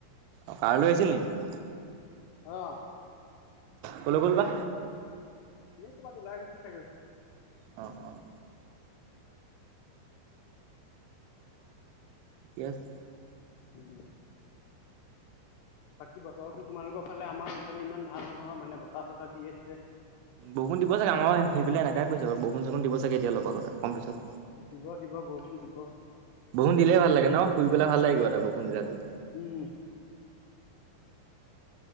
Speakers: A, on the right; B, on the left.
A: অ', কাৰ লৈ আহিছিল নেকি।
B: অ'।
A: ক'লৈ গ'ল বা।
B: এনে ক'বাত ওলাই গৈছে চাগৈ।
A: অ', অ'। ঠিকে আছে।
B: উম বাকী বতৰতো তোমালোকৰ ফালে আমাৰ ইফালে ইমান ভাল নহয় মানে বতাহ চতাহ দি আছে।
A: বৰষুণ দিব চাগে, আমাৰো সেইফালে এনেকাই কৰিছে বাৰু, বৰষুণ চৰষুণ দিব চাগে এতিয়া অলপ
B: অ',
A: আগত অকণ পিছত।
B: দিব- দিব বৰষুণ দিব।
A: বৰষুণ দিলেই ভাল লাগে ন, শুই পেলাই ভাল লাগে কিবা এটা বৰষুণ দিলে ৰাতি।
B: উম।